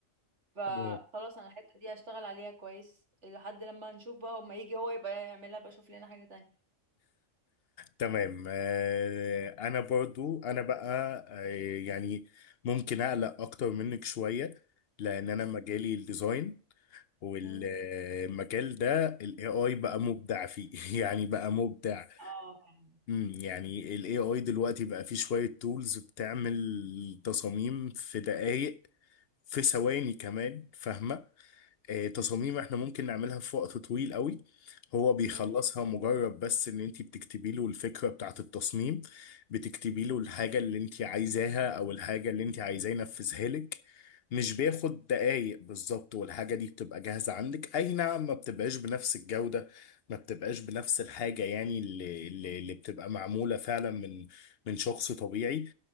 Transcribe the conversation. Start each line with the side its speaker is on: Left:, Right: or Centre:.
Right: فخلاص
Left: آه،
Right: انا الحته دي هشتغل عليها كويس لحد لما نشوف بقى اما يجي هو يبقى يعملها بقى اشوف لنا حاجه تانية
Left: تمام آه، انا برضو انا بقى آه، يعني ممكن اقلق اكتر منك شوية لان انا
Right: امم
Left: مجالي الديزاين والمجال
Right: امم
Left: ده الاي اي بقى مبدع فيه <laughs> يعني بقى مبدع
Right: اه فعلا
Left: امم يعني الاي اي دلوقتي بقى فيه شوية تولز بتعمل تصاميم في دقايق في ثواني كمان فاهمة آه، تصاميم احنا ممكن نعملها في وقت طويل قوي هو بيخلصها
Right: امم
Left: مجرد بس ان انت بتكتبي له الفكرة بتاعة التصميم بتكتبي له الحاجة اللي انت عايزاها او الحاجة اللي انت عايزاه ينفذها لك مش بياخد دقايق بالظبط والحاجة دي بتبقى جاهزة عندك اي نعم ما بتبقاش بنفس الجودة ما بتبقاش بنفس الحاجة يعني اللي, اللي اللي بتبقى معمولة فعلا من من شخص طبيعي